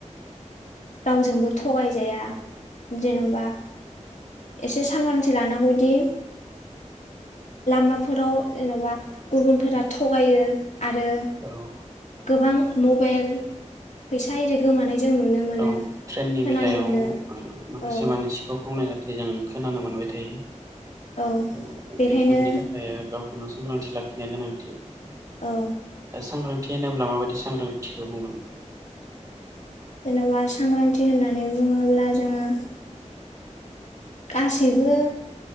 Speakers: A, on the left; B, on the right.
A: रावजोंबो थगायजाया जेन'बा एसे सांग्रांथि लानांगौदि लामाफोराव जेन'बा गुबुनफोरा थगायो आरो
B: औ
A: गोबां मबाइल फैसा आरि गोमानाय जों नुनो मोनो।
B: ट्रेननि
A: खोनानो
B: बेलायाव
A: मोनो
B: ओ माखासे
A: औ
B: मानसिखौ खावनाय जाथाय जों खोनानो मोनबाय थायो।
A: औ बेखायनो
B: बेफोरनि थाखाय गावखौनो सांग्रांथि लाखिनाया गोनांथि दा
A: औ
B: सांग्रां थि होनोब्ला माबायदि सांग्रांथिखौ बुंगोन।
A: जेन'बा सांग्रांथि होननानै बुङोब्ला जोङो गासैबो